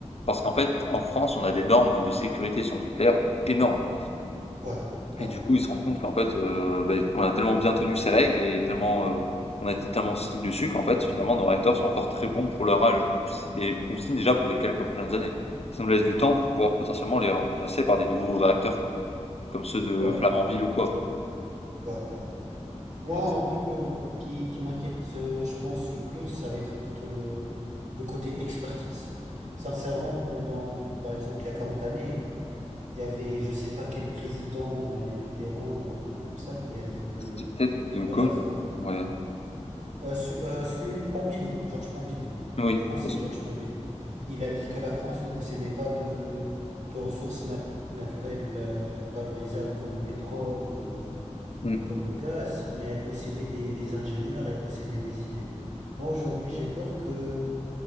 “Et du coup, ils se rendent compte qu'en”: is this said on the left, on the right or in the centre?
Left